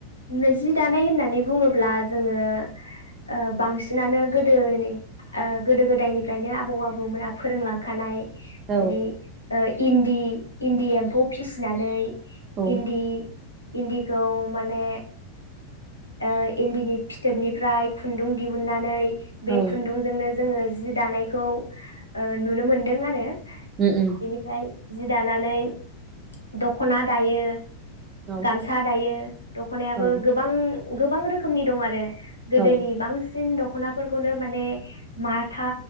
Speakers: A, on the left; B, on the right.
A: नो जि दानाय होननानै बुङोब्ला जोङो ओ बांसिनानो गोदोनि ओ गोदो गोदायनिफ्रायनो आबौ आबौमोना फोरोंलांखानाय
B: औ
A: जेरै इन्दि इन्दि एम्फौ फिसिनानै
B: औ
A: इन्दि इन्दिखौ माने ओ इन्दिनि फिथोबनिफ्राय खुन्दुं दिहुननानै
B: औ
A: बे खुन्दुंजोंनो जोङो जि दानायखौ ओ नुनो मोनदों आरो
B: उम उम
A: बेनिफ्राय जि दानानै दखना दायो
B: औ
A: गामसा दायो दख'नायाबो
B: औ
A: गोबां गोबां रोखोमनि दं आरो गोदोनि
B: औ
A: बांसिन दं दखनाफोरखौनो माने माथा